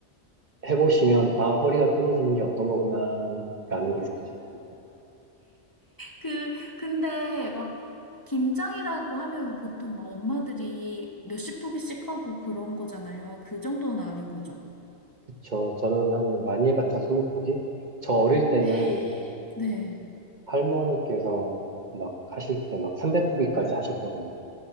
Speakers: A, on the right; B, on the left.
A: 해보시면 아 허리가 끊어지는 게 어떤 거구나 라는 걸 느끼실 수
B: 그, 근데 막 김장이라고 하면 보통 막 엄마들이 몇십 포기씩 하고 그런 거잖아요. 그 정도는 아닌 거죠.
A: 그쵸. 저는 한 많이 해봤자 스무 포기? 저 어릴 때는
B: 헤, 네.
A: 할머니께서 막 하실 때 막 300포기까지 하셨거든요.